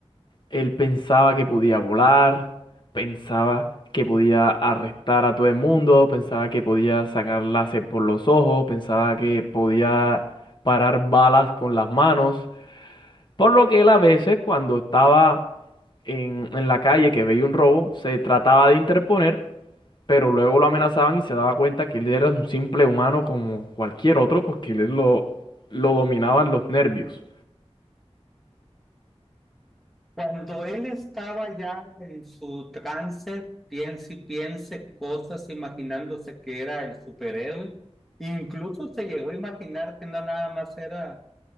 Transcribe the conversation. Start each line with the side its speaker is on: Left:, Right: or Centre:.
Left: él pensaba que podía volar, pensaba que podía arrestar a todo el mundo, pensaba que podía sacar láser por los ojos, pensaba que podía parar balas con las manos. Por lo que él a veces, cuando estaba en, en la calle que veía un robo, se trataba de interponer, pero luego lo amenazaban y se daba cuenta que él era un simple humano como cualquier otro, porque él lo, lo dominaban los nervios.
Centre: Cuando él estaba ya en su trance, piense y piense cosas, imaginándose que era el superhéroe, incluso se llegó a imaginar que no nada más era